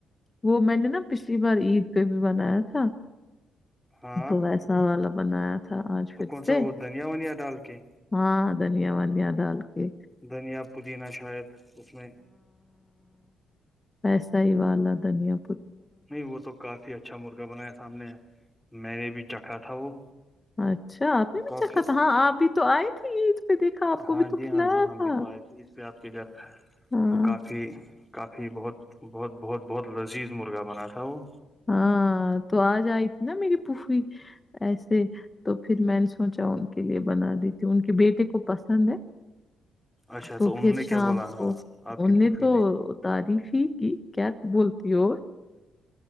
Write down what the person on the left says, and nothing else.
وہ میں نے نا پچھلی بار عید پہ بھی بنایا تھا
تو ویسا والا بنایا تھا آج
پھر
سے
ہاں دھنیا ونیا ڈال کے
ایسا ہی والا دنیا
اچھا آپ
نے بھی
چکھا تھا ہاں آپ بھی تو آئے تھی عید پہ، دیکھا آپ
کو بھی تو
کھلایا
تھا۔
ہاں
ہاں تو آ جائی تھی ن میری پھفی ایسے تو پھر میں نے سوچا ان کے لیے بنا دیتی ان کے بیٹے کو پسند ہے
تو
پھر
شام
کو
ان
نے
تو تعریف ہی کہ کیا بولتی ہو